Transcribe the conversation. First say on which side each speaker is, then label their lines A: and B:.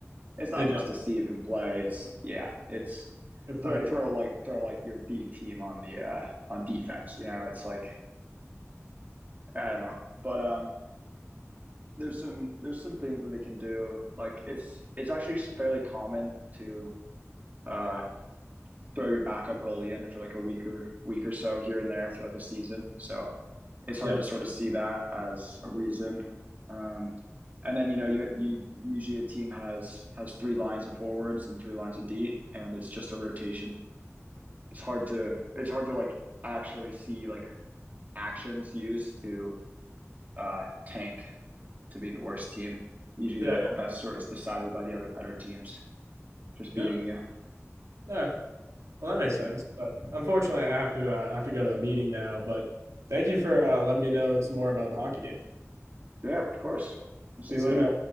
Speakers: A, on the right; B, on the right.
A: it's not
B: They know.
A: just to see if him play it's yeah it's
B: They're playing.
A: throw throw like throw like your B team on the uh on defense you know it's like I don't know but um there's some there's some things that they can do. Like it's it's actually fairly common to uh, throw your backup goalie in for like a week or week or so here and there throughout the season. So it's hard
B: Yeah.
A: to sort of see that as a reason. Um, and then you know you you usually a team has has three lines of forwards and three lines of D, and it's just a rotation. It's hard to it's hard to like actually see like actions used to uh, tank to be the worst team. Usually
B: Yeah.
A: that
B: Yeah.
A: that's sort of decided by the other better teams just beating
B: Yeah.
A: you.
B: Yeah. Well, that makes sense.
A: <laughs>
B: But unfortunately, I have to uh, I have to go to a meeting now. But thank you for uh, letting me know some more about hockey.
A: Yeah, of course. See you
B: See
A: later.
B: you, man.